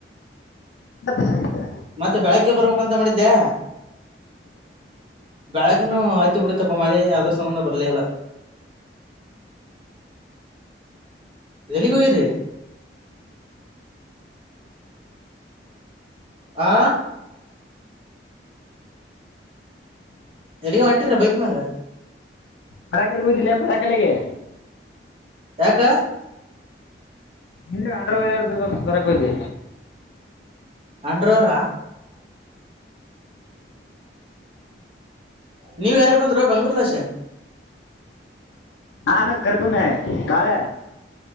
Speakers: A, on the left (about 80°); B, on the right (about 30°).
A: ಮತ್ತೆ ಏನೆ
B: ಮತ್ತೆ ಬೆಳಗ್ಗೆ ಬರ್ಬೇಕಂತ ಮಾಡಿದ್ದೆ ಬೆಳಗ್ನು ಆಯ್ತಿ ಬಿಟ್ಟ ತಪ್ಪ ಮಾಡಿ ಯದ್ರ ಸಂಬಂಧ ಬರ್ಲಿಲ್ಲ ಎಲ್ಲಿಗರಿ ಆ ಎಲ್ಲಿಗ ಹೊಂಟ್ರಿರ ಬೈಕ್ ಮ್ಯಾಗ
A: ಹೊರ ಕೆಲ್ಗೆ ಹೋಗದಿಲ್ಲ ಕೊರಾ ಕೆಲೆಗೆ
B: ಕ.
A: ನಿ ಹ್ರ ವಂತ ಬರಕ್ ಹದ
B: ಅಂಡವಾರಾ ನೀವ ಯಾರ ಬಂದರು ಬೆಂಗ್ಳೂರ್ಲಸೆ
A: ಹಾಾನ ಕರ್ಕುಮ ಕಾಳ